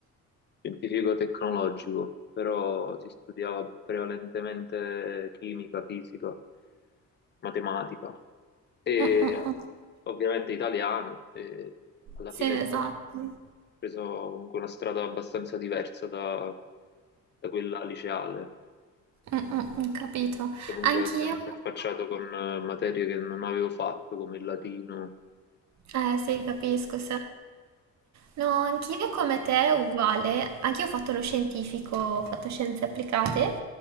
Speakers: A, on the left; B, on the right.
A: scientifico tecnologico, però si studiava prevalentemente chimica, fisica, matematica e
B: Mm, mm, mm.
A: ovviamente italiano e alla
B: Sì,
A: fine
B: esatto.
A: sì, ho
B: Mm,
A: preso comunque una strada abbastanza diversa da, da quella liceale.
B: mm, mm, capito.
A: Comunque
B: Anch'io,
A: mi sono interfacciato con eh, materie che non avevo fatto, come il latino.
B: eh sì, capisco. sì. No, anch'io come te, uguale. Anch'io ho fatto lo scientifico, ho fatto scienze applicate.